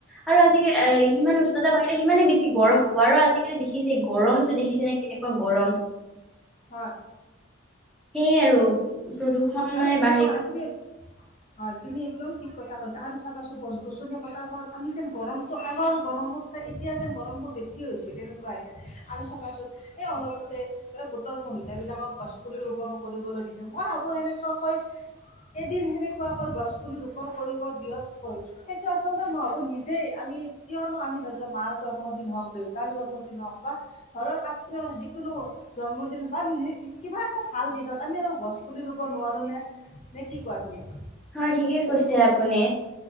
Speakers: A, in the centre; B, on the left.
A: আৰু আজিকালি এ সিমান উষনতা বাৰিলে সিমানে বেছি গৰম হ'ব আৰু আজিকালি দেখিছে গৰমতটো দেখিছে নে কেনেকুৱা গৰম।
B: হয়।
A: সেয়ে আৰু প্ৰদূৰ্ষণ
B: আৰু
A: মানে
B: এনেকুৱা
A: বাঢ়ি গ
B: তুমি হয় তুমি একদম ঠিক কথা কৈছা আৰু চাবাচোন গছ গছনি কটাৰ ফলত আমি যেন গৰমটো আগৰ গৰমত চাই এতিয়া যেন গৰম বোৰ বেছি হৈছে তেনেকুৱা হৈছে আৰু চাবা চোন এই অলপতে ধৰা গোটৰ মহিলা এইবিলাকক গছপুলি ৰোপণ কৰিবলৈ দিছে মই ভাবোঁ এনেকুৱাকৈ এদিন সেনেকুৱা কৈ গছ পুলি ৰোপন কৰিব বিয়ত থৈ সেইটো আচলতে মইবভাবো নিজেই আমি কিয়নো আমি ধৰি লোৱা মাৰ জন্মদিন হওঁক দেউতাৰ জন্মদিন হওঁক বা ঘৰৰ আত্মীয়ৰ যি কোনো জন্মদিন পাম ন কিবা এটা ভাল দিনত আমি আৰু গছ পুলি থাকিব নোৱাৰোঁ নে নে কি কোৱা তুমি?
A: হয় ঠিকে কৈছে আপুনি